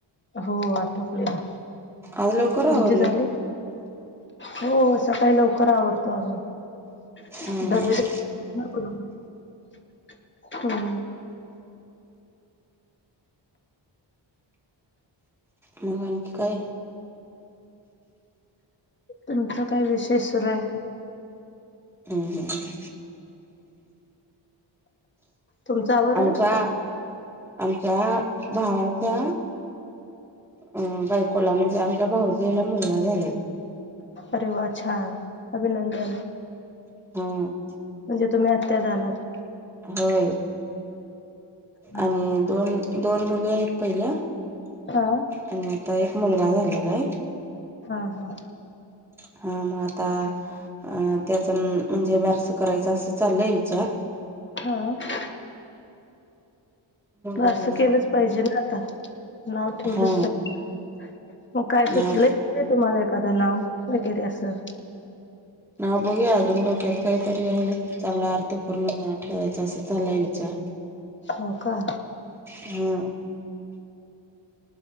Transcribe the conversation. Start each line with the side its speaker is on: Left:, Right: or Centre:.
Left: हो आटपलेला
Centre: आज लवकर
Left: तुमची
Centre: आवरली
Left: झाली हो सकाळी लवकर आवडतो आम्ही
Centre: हम्म
Left: डब
Centre: हम्म
Left: नको नको हो.
Centre: मग आणखी काय?
Left: तुमचा काय विशेष सुरुय?
Centre: हम्म हम्म.
Left: तुमचं आवरलं
Centre: आमच्या आमच्या भायाच्या अं बायकोला म्हणजे आमच्या भाऊजईला मुलगा झालयं.
Left: अरे वा! छान अभिनंदन.
Centre: हम्म.
Left: म्हंजे तुम्हीं अत्या झालात?
Centre: होय.
Left: हा
Centre: आणि दोन दोन मुली हायेत पहिल्या
Left: हा.
Centre: आणि आता एक मुलगा झालेला आहे.
Left: हा हा.
Centre: हा मग आता अ त्याच म्हणजे बारस करायचं असं चाललंय विचार.
Left: हां
Centre: हम्म.
Left: बारस केलंच पाहिजेल आता नाव ठेवलंच
Centre: हा
Left: पाहि मगं काय
Centre: ना
Left: सुचलंय? <unintelligible> तुम्हाला एखादं नाव वगैरे असं.
Centre: हां बघूया अजून डोक्यात काहीतरी आहे. चांगला अर्थ पूर्ण नाव ठेवायचा असा चाललाय विचार.
Left: हव का?
Centre: हम्म.